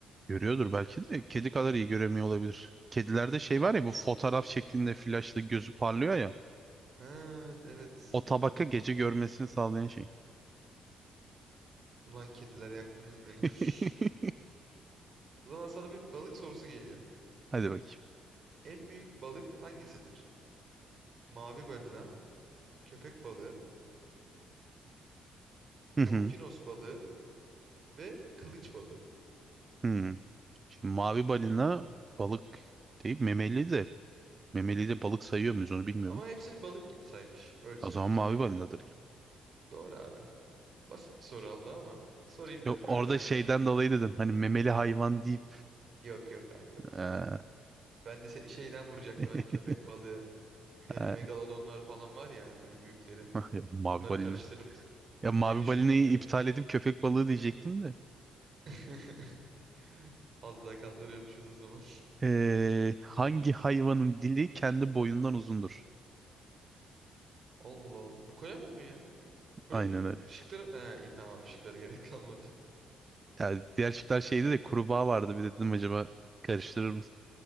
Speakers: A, on the right; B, on the right.
A: Görüyordur belki de. Kedi kadar iyi göremiyor olabilir. Kedilerde
B: Allah
A: şey var
B: Allah.
A: ya bu fotoğraf şeklinde flaşla gözü parlıyor ya.
B: Ha evet
A: O tabaka
B: anladım.
A: gece görmesini sağlayan şey.
B: Ulan kediler yaktınız beni.
A: <laughs>
B: <laughs> O zaman sana bir balık sorusu geliyor.
A: Hadi bakayım.
B: En büyük balık hangisidir? Mavi balina, köpek balığı,
A: Hı
B: orkinos
A: hı.
B: balığı ve kılıç balığı.
A: Hı. Şimdi mavi balina balık değil memeli de memeli de balık sayıyor muyuz onu bilmiyorum.
B: Ama hepsini balık gibi saymış. Öyle söyleyeyim
A: O zaman mavi
B: sana yani.
A: balinadır
B: Doğru abi. Basit bir soru aldı ama sorayım dedim
A: Yok orada
B: hani belki.
A: şeyden dolayı dedim. Hani memeli hayvan deyip
B: Yok yok abi yok.
A: eee,
B: Ben de seni şeyden vuracaktım
A: <laughs>
B: hani köpek balığı. Hani
A: eee,
B: megalodonlar falan var ya hani böyle büyükleri.
A: <laughs> mavi
B: Onları
A: balina.
B: karıştırırım
A: Ya mavi
B: diye düşündüm
A: balinayı
B: de.
A: iptal edip köpek balığı diyecektim de.
B: <laughs> Az daha kandırıyormuşuz o zaman.
A: Eee, hangi hayvanın dili kendi boyundan uzundur?
B: Allah Allah. Bu kalem mu ya? Bu kalem
A: Aynen
B: mi?
A: öyle.
B: Işıkları... He, iyi tamam abi ışıklara <laughs> gerek kalmadı.
A: Yani diğer şıklar şeydi de kurbağa vardı. Bir de dedim acaba karıştırır mısın?